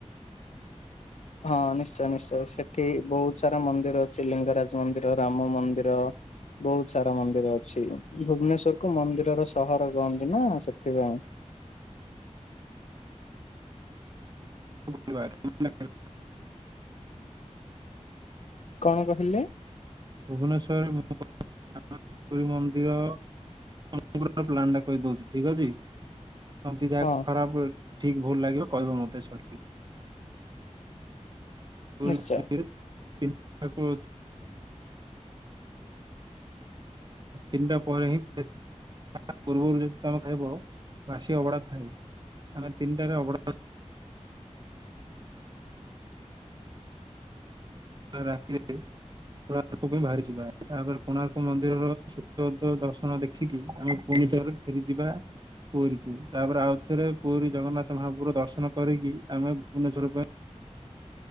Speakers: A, on the left; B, on the right.
A: ହଁ ନିଶ୍ଚୟ ନିଶ୍ଚୟ ସେଠି ବହୁତ ସାରା ମନ୍ଦିର ଅଛି ଲିଙ୍ଗରାଜ ମନ୍ଦିର, ରାମ ମନ୍ଦିର ବହୁତ ସାରା ମନ୍ଦିର ଅଛି ଭୁବନେଶ୍ଵରକୁ ମନ୍ଦିରର ସହର କହନ୍ତି ନା ସେଥିପାଇଁ
B: <inaudible>
A: କଣ କହିଲେ?
B: ଭୁବନେଶ୍ୱରରେ <inaudible> ମନ୍ଦିର। <inaudible> ପ୍ଲାନ୍ଟା କହିଦଉଚି ଠିକ ଅଛି? <inaudible>
A: ହଁ
B: ଖରାପ ଭୁଲ ଠିକ ଭୁଲ ଲାଗିବ କହିବ ମତେ ସରିଲେ <inaudible>
A: ନିଶ୍ଚୟ
B: ଅବଢା ତିନିଟା ପରେ ହିଁ ତା ପୂର୍ବରୁ ଯଦି ତମେ ଖାଇବ ବାସି ଅଭଢା ଥାଏ ଆମେ ତିନିଟାରେ ଅଭଢା ତ ରାତିରେ କୋଣାର୍କ ପାଇଁ ବାହାରିଯିବା ତାପରେ କୋଣାର୍କ ମନ୍ଦିରର ଦ ଦ ଦର୍ଶନ ଦେଖ ଖିକି ଆମେ ପୁଣିଥରେ ଫେରି ଯିବା ପୁରୀକୁ ତାପରେ ଆଉ ଥରେ ପୁରୀ ଜଗନ୍ନାଥ ମହାପୁର ଦର୍ଶନ କରିକି ଆମେ ଭୁବନେଶ୍ଵର ପାଇଁ